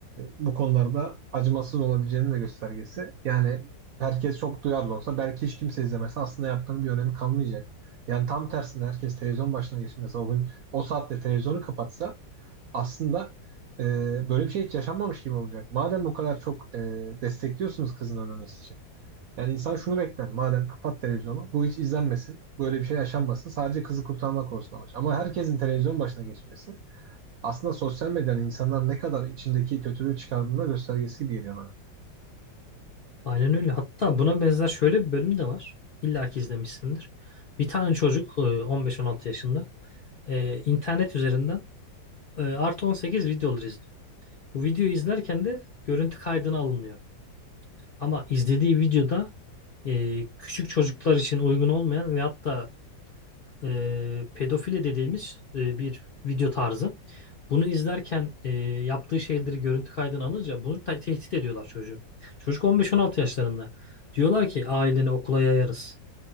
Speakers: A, on the right (about 65°); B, on the left (about 50°).
A: bu konularda acımasız olabileceğinin de göstergesi. Yani herkes çok duyarlı olsa belki hiç kimse izlemese aslında yaptığının bir önemi kalmayacak. Yani tam tersine herkes televizyon başına geçmese o gün o saatte televizyonu kapatsa aslında e, böyle bir şey hiç yaşanmamış gibi olacak. Madem bu kadar çok e, destekliyorsunuz kızın ölmemesi için. Yani insan şunu bekler. Madem kapat televizyonu, bu hiç izlenmesin. Böyle bir şey yaşanmasın. Sadece kızı kurtarmak olsun amaç. Ama herkesin televizyon başına geçmesi aslında sosyal medyanın insanlar ne kadar içindeki kötülüğü çıkardığında göstergesi gibi geliyor bana.
B: Aynen öyle. Hatta buna benzer şöyle bir bölüm de var. İlla ki izlemişsindir. Bir tane çocuk e, 15-16 yaşında e, internet üzerinden e, artı 18 videoları izliyor. Bu videoyu izlerken de görüntü kaydına alınıyor. Ama izlediği videoda e, küçük çocuklar için uygun olmayan ve hatta e, pedofili dediğimiz e, bir video tarzı. Bunu izlerken e, yaptığı şeyleri görüntü kaydına alınca bunu te- tehdit ediyorlar çocuğu. Çocuk 15-16 yaşlarında. Diyorlar ki aileni okula yayarız.